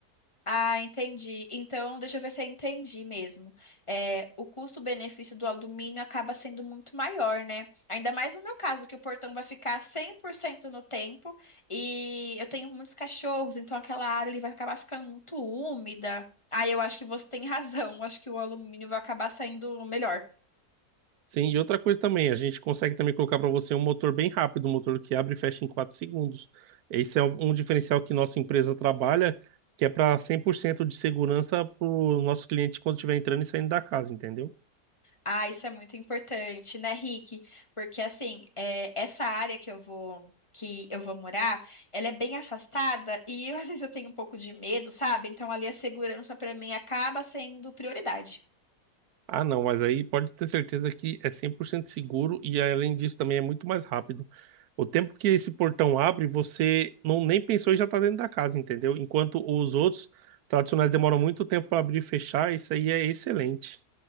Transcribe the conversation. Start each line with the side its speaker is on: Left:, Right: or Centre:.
Left: Ah, entendi. Então, deixa eu ver se eu entendi mesmo. É, o custo-benefício do alumínio acaba sendo muito maior, né? Ainda mais no meu caso, que o portão vai ficar 100% no tempo e eu tenho muitos cachorros, então aquela área ali vai acabar ficando muito úmida. Ah, eu acho que você tem <laughs> razão. Acho que o alumínio vai acabar saindo melhor.
Right: Sim, e outra coisa também, a gente consegue também colocar para você um motor bem rápido, um motor que abre e fecha em 4 segundos. Esse é um um diferencial que nossa empresa trabalha, que é para 100% de segurança para o nosso cliente quando estiver entrando e saindo da casa, entendeu?
Left: Ah, isso é muito importante, né, Rick? Porque assim, é, essa área que eu vou que eu vou morar, ela é bem afastada e eu, <laughs> às vezes eu tenho um pouco de medo, sabe? Então ali a segurança para mim acaba sendo prioridade.
Right: Ah, não, mas aí pode ter certeza que é 100% seguro e além disso também é muito mais rápido. O tempo que esse portão abre, você não nem pensou e já está dentro da casa, entendeu? Enquanto os outros tradicionais demoram muito tempo para abrir e fechar, isso aí é excelente.